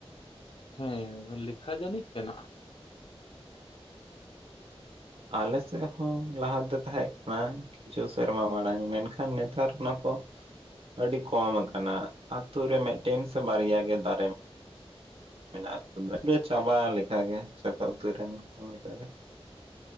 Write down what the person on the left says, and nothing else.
ᱦᱮᱸ ᱞᱮᱠᱷᱟ ᱡᱟᱹᱱᱤᱡ ᱢᱮᱱᱟᱜᱼᱟ᱾